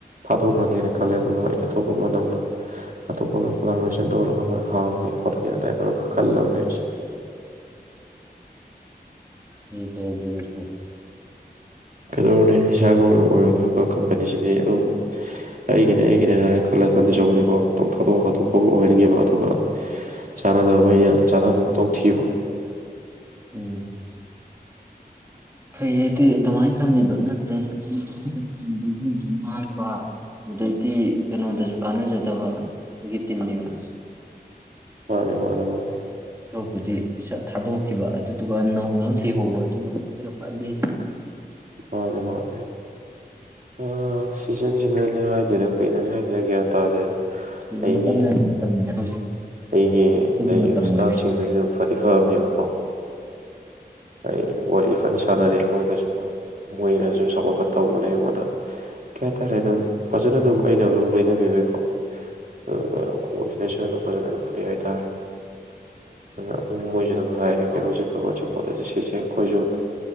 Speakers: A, on the right (about 55°); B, on the right (about 15°).
A: ꯊꯥꯗꯣꯛꯈ꯭ꯔꯒꯦꯅ ꯈꯜꯂꯦ ꯑꯗꯨꯒ ꯑꯩ ꯑꯇꯣꯞꯄ ꯅꯅ ꯑꯇꯣꯞꯄꯒ ꯀꯣꯂꯥꯔꯕꯔꯦꯁꯟ ꯇꯧꯔꯒ ꯃꯣꯏ ꯍꯥꯡꯉꯦ ꯈꯣꯠꯂꯒꯦ ꯑꯗꯨꯃꯥꯏꯅ ꯇꯧꯔꯒ ꯈꯜꯂꯕꯅꯦ ꯑꯩꯁꯦ
B: ꯍ ꯐ ꯑꯗꯨ ꯐꯦ
A: ꯀꯩꯗꯧꯅꯦ ꯏꯁꯅꯤꯁꯥꯒꯤ ꯑꯣꯏꯕꯗ ꯀꯝꯄꯅꯤꯁꯤꯗꯤ ꯑꯗꯨꯝ ꯑꯩꯒꯤꯅꯦ ꯑꯩꯒꯤꯅꯦ ꯍꯥꯏꯔ ꯈꯜꯂ ꯑꯗꯨꯗꯤꯆꯧꯕꯗꯤꯀꯣ ꯑꯗꯨꯝ ꯊꯥꯠꯇꯣꯛꯑ ꯈꯥꯠꯇꯣꯛꯄꯒ ꯑꯣꯏꯍꯟꯒꯦꯕ ꯑꯗꯨꯒ ꯆꯥꯟꯅꯗꯕ ꯑꯩꯅ ꯆꯥꯅꯕ ꯃꯧ ꯊꯤꯕ
B: ꯎꯝ ꯐꯩꯌꯦ ꯑꯗꯨꯗꯤ ꯑꯗꯨꯃꯥꯏꯅ ꯈꯜꯂꯤꯗꯣ ꯅꯠꯇ꯭ꯔꯦꯈꯣꯏꯁꯨ ꯉꯥꯡꯕ ꯑꯗꯨꯛꯇꯤ ꯀꯩꯅꯣꯗꯁꯨ ꯀꯥꯟꯅꯖꯗꯕ ꯑꯩꯒꯤ ꯇꯤꯝꯒꯤꯁꯨ
A: ꯃꯥꯅꯦ ꯃꯥꯅꯦ ꯃꯥꯅꯦ
B: ꯑꯩꯈꯣꯏꯗꯤ ꯏꯁꯠ ꯊꯥꯗꯣꯛꯈꯤꯕ ꯑꯗꯨꯗꯨꯒ ꯅꯧꯅ ꯊꯤꯍꯧꯕ ꯑꯗꯨꯅ ꯖꯤꯔꯣ ꯐꯥꯏꯚꯕꯤ ꯑꯦꯁ
A: ꯃꯥꯅꯦꯦ ꯃꯥꯅꯦꯦ ꯑ ꯁꯤꯖꯟꯁꯤꯟꯅꯅꯦ ꯍꯥꯏꯗꯔꯦ ꯀꯨꯅꯅꯤ ꯍꯥꯏꯗꯅ ꯒ꯭ꯌꯥꯟ ꯇꯥꯗ꯭ꯔꯦꯗ
B: ꯁꯤ
A: ꯑꯩꯒꯤ
B: ꯃꯇꯝꯅꯅꯦ ꯃꯇꯝꯅꯅꯦ ꯍꯧꯖꯤꯛ
A: ꯑꯩꯒꯤ
B: ꯑꯗꯨꯒꯤ
A: ꯂꯩꯔꯤꯕ
B: ꯃꯇꯝ
A: ꯏꯁꯇꯥꯐꯁꯤꯡꯗꯨꯁꯨ
B: ꯑꯣꯏꯕꯩꯅꯦ
A: ꯑꯗꯨꯝ ꯐꯗꯤ ꯐꯕꯅꯦꯕꯀꯣ ꯑꯩ ꯋꯥꯔꯤ ꯐꯅ ꯁꯥꯟꯅꯔꯦ ꯃꯣꯏꯒꯁꯨ ꯃꯣꯏꯅꯁꯨ ꯆꯥꯎꯄꯣꯠꯄ ꯇꯧꯕꯅꯦ ꯑꯩꯉꯣꯟꯗ ꯀ ꯇꯔꯦ ꯑꯗꯨꯝ ꯐꯖꯅ ꯑꯗꯨꯝ ꯑꯩꯅ ꯑꯗꯨꯝ ꯂꯣꯏꯅꯕꯤꯕꯩꯀꯣ ꯑꯗꯨꯝ ꯈꯣꯅ ꯐꯖꯅꯅ ꯐꯩ ꯍꯥꯏꯇꯥꯔꯦ ꯑꯗꯨꯅ ꯃꯣꯏꯁꯨ ꯑꯗꯨꯝ ꯍꯥꯏꯔꯦ ꯀꯩꯅꯣꯁꯤ ꯇꯧꯔꯁꯨ ꯀꯣꯂꯦꯖꯁ ꯁꯤꯁꯦ ꯑꯩꯈꯣꯏꯁꯨ